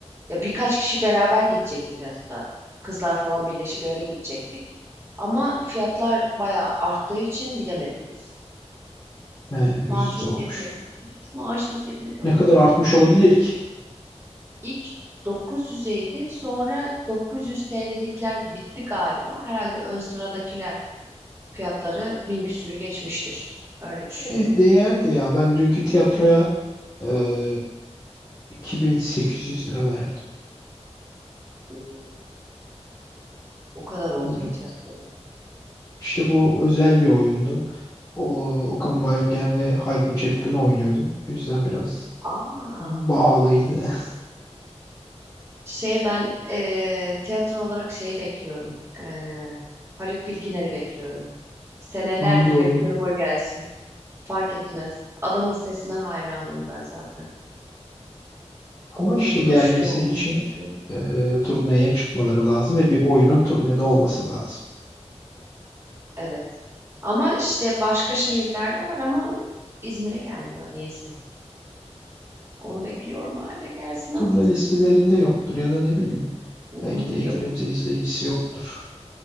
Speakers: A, on the right; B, on the left.
A: Ya birkaç kişi beraber gidecektik hatta. Kızlar falan birleşip öyle gidecektik. Ama fiyatlar bayağı arttığı için gidemedik biz.
B: He,
A: Maaşımız
B: üzücü olmuş.
A: yetmedi. <laughs> Maaşımız yetmedi.
B: Ne kadar artmış olabilir ki?
A: İlk 900'eydi. Sonra 900 TL'likler bitti galiba. Herhalde ön sıradakiler fiyatları bin küsürü geçmiştir. Öyle düşünüyorum.
B: E, değerdi ya. Ben dünkü tiyatroya e, 2800 lira verdim.
A: Oo, O kadar oldu
B: Evet.
A: mu tiyatroda?
B: İşte bu özel bir oyundu. O, Okan Bayülgen ve Hayko Cepkin oynuyordu. O yüzden biraz
A: Aa,
B: pahalıydı.
A: şey ben eee, tiyatro olarak şeyi bekliyorum. Eee Haluk Bilginer'i bekliyorum. Senelerdir
B: <laughs> Hangi oyunu?
A: bekliyorum o gelsin. Fark etmez. Adamın sesine hayranım ben zaten.
B: Ama
A: Onun
B: işte
A: duruşu,
B: gelmesi
A: onun
B: için
A: sesi.
B: e, turneye çıkmaları lazım ve bir oyunun turnede olması lazım.
A: Evet. Ama işte başka şehirlerde var ama İzmir'e gelmiyor niyeyse. Onu bekliyorum hala gelsin
B: Turne
A: artık.
B: listelerinde yoktur ya da ne bileyim
A: Mm,
B: belki de yeterince
A: Yok.
B: izleyicisi yoktur